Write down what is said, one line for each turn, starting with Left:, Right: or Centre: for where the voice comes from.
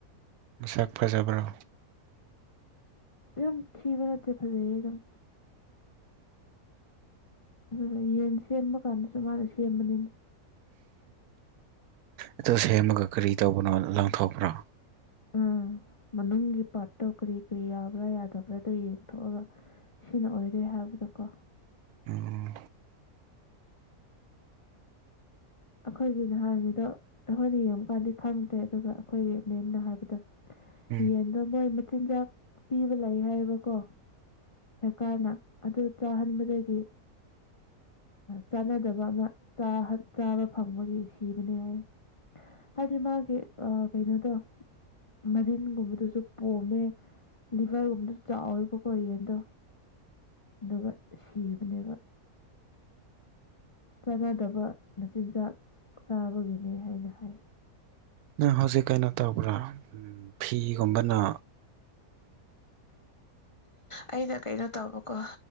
Right: ꯃꯁꯛ ꯐꯖꯕ꯭ꯔꯥ
Left: ꯌꯥꯝ ꯊꯤꯕ ꯅꯠꯇꯦ ꯐꯖꯩꯝ ꯑꯗꯨ ꯌꯦꯟ ꯁꯦꯝꯕ ꯀꯥꯟꯗꯁꯨ ꯃꯥꯅ ꯁꯦꯝꯕꯅꯤꯅꯦ
Right: ꯎꯝ ꯑꯣ ꯁꯦꯝꯃꯒ ꯀꯔꯤ ꯇꯧꯕꯅꯣ ꯂꯪꯊꯣꯛꯄ꯭ꯔꯥ
Left: ꯎꯝ ꯃꯅꯨꯡꯒꯤ ꯄꯥꯔꯠꯇꯣ ꯀꯔꯤ ꯀꯔꯤ ꯌꯥꯕ꯭ꯔꯥ ꯌꯥꯗꯕ꯭ꯔꯥꯗꯣ ꯌꯦꯡꯊꯣꯛꯑꯒ ꯁꯤꯅ ꯑꯣꯏꯔꯦ ꯍꯥꯏꯕꯗꯣ ꯀꯣ
Right: ꯎꯝ
Left: ꯑꯩꯈꯣꯏꯒꯤꯅ ꯍꯥꯏꯔꯤꯉꯩꯗꯣ ꯑꯩꯈꯣꯏꯅ ꯌꯦꯡꯕꯀꯥꯟꯗꯤ ꯈꯪꯗ꯭ꯔꯦ ꯑꯗꯨꯒ ꯑꯩꯈꯣꯏꯒꯤ ꯃꯦꯝꯅ ꯍꯥꯏꯕꯗꯣ
Right: ꯎꯝ
Left: ꯌꯦꯟꯗꯣ ꯃꯣꯏ ꯃꯆꯤꯟꯖꯥꯛ ꯄꯤꯕ ꯂꯩ ꯍꯥꯏꯕꯀꯣ ꯁꯔꯀꯥꯅ ꯑꯗꯨ ꯆꯥꯍꯟꯕꯗꯒꯤ ꯆꯥꯟꯅꯗꯕ ꯑꯃ ꯆꯥ ꯆꯥꯕ ꯐꯪꯕꯒꯤ ꯁꯤꯕꯅꯦ ꯍꯥꯏꯏ ꯍꯥꯏꯗꯤ ꯃꯥꯒꯤ ꯀꯩꯅꯣꯗꯣ ꯃꯔꯤꯟꯒꯨꯝꯕꯗꯨꯁꯨ ꯄꯣꯝꯃꯦ ꯂꯤꯚꯔꯒꯨꯝꯕꯗꯁꯨ ꯆꯥꯎꯔꯤꯕꯣ ꯀꯣꯔꯤꯦꯟꯗꯣ ꯑꯗꯨꯒ ꯁꯤꯕꯅꯦꯕ ꯆꯥꯟꯅꯗꯕ ꯅꯆꯤꯟꯖꯥꯛ ꯆꯥꯕꯒꯤꯅꯦ ꯍꯥꯏꯅ ꯍꯥꯏ
Right: ꯅꯪ ꯍꯧꯖꯤꯛ ꯀꯩꯅꯣ ꯇꯧꯕ꯭ꯔꯥ ꯐꯤꯒꯨꯝꯕꯅ
Left: ꯑꯩꯅ ꯀꯩꯅꯣ ꯇꯧꯕꯀꯣ